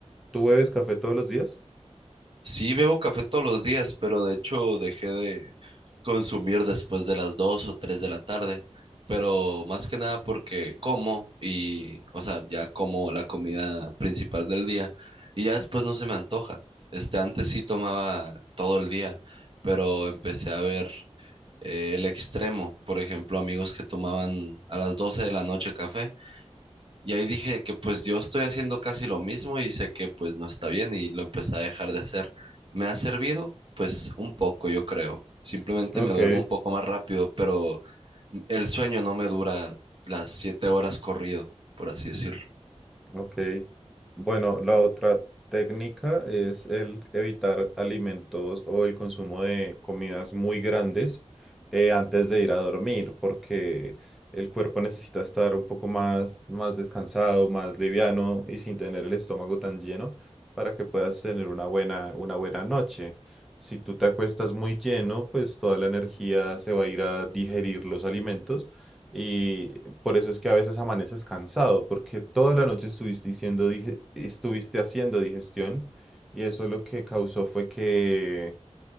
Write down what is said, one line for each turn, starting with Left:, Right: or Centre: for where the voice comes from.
Centre: ¿tú bebes café todos los días?
Right: Sí, bebo café todos los días, pero de hecho dejé de consumir después de las 2 o 3 de la tarde, pero más que nada porque como y, o sea, ya como la comida principal del día y ya después no se me antoja. Este, antes sí tomaba todo el día, pero empecé a ver eh, el extremo, por ejemplo, amigos que tomaban a las 12 de la noche café y ahí dije que pues yo estoy haciendo casi lo mismo y sé que pues no está bien y lo empecé a dejar de hacer. Me ha servido pues un poco, yo creo. Simplemente
Centre: Ok,
Right: me duermo un poco más rápido, pero el sueño no me dura las siete horas corrido, por así decirlo.
Centre: Ok. Bueno, la otra técnica es el evitar alimentos o el consumo de comidas muy grandes eh, antes de ir a dormir, porque el cuerpo necesita estar un poco más, más descansado, más liviano y sin tener el estómago tan lleno para que puedas tener una buena, una buena noche. Si tú te acuestas muy lleno, pues toda la energía se va a ir a digerir los alimentos y por eso es que a veces amaneces cansado, porque toda la noche estuviste diciendo, dije, estuviste haciendo digestión y eso lo que causó fue que,